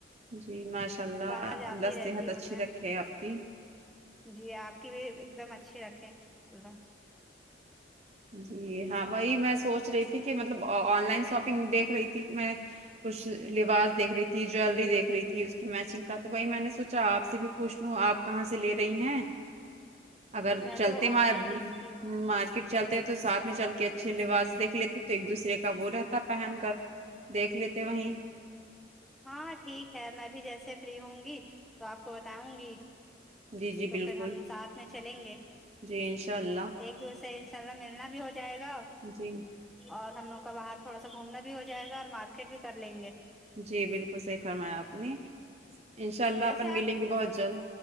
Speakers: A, on the right; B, in the centre.
A: جی ماشاء اللہ
B: باہر جاتی
A: اللہ
B: رہتی
A: صحت
B: ہوں
A: اچھی
B: میں
A: رکھے آپ کی
B: جی آپ کی بھی ایک دم اچھی رکھے اللہ
A: جی ہاں وہی میں سوچ رہی تھی کہ مطلب آن لائن شاپنگ دیکھ رہی تھی کہ میں کچھ لباس دیکھ رہی تھی جیلری دیکھ رہی تھی اس کی میچنگ کا تو وہی میں نے سوچا آپ سے بھی پوچھ لوں آپ کہاں سے لے رہی ہیں اگر
B: میں
A: چلتے
B: تو آن
A: مار
B: لائن دیکھتی ہوں
A: مارکیٹ چلتے تو ساتھ میں چل کے اچھے لباس دیکھ لیتے تو ایک دوسرے کا وہ رہتا پہن کر دیکھ لیتے وہیں
B: ہاں ٹھیک ہے میں بھی جیسے فری ہوں گی تو آپ کو بتاؤں گی
A: جی جی
B: تو
A: بالکل
B: پھر ہم ساتھ میں چلیں گے
A: جی انشاء اللہ
B: ایک دوسرے کا ملنا بھی ہو جائے گا
A: جی
B: اور ہم لوگ کا باہر تھوڑا سا گھومنا بھی ہو جائے گا اور مارکیٹ بھی کر لیں گے
A: جی بالکل صحیح فرمایا آپ نے انشاء
B: جی
A: اللہ
B: ویسے
A: اپن ملیں
B: آپ
A: گے بہت جلد